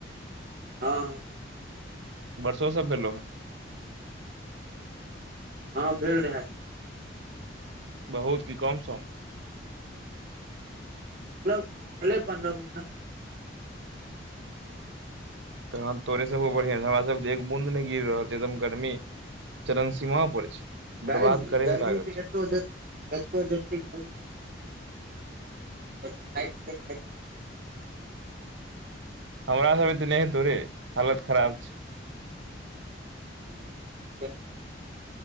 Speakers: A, on the right (about 50°); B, on the right (about 80°).
A: हँ हॅं
B: वर्षा सब भेलोहन
A: हँ भेल रहै
B: बहुत की कम सम
A: <unintelligible> भेले <unintelligible>
B: तहन तोरे सबके बढ़ियां छै हमरा सब के त एक बूँद नहि गिर रहल छै एकदम गर्मी चरण सीमा पर छै
A: गर्मी
B: बर्बाद करे
A: गर्मी
B: मे लागल छै
A: <unintelligible>
B: हमरा सब ए ते नहि तोरे हालत खराब छै
A: नहि नहि म <inaudible>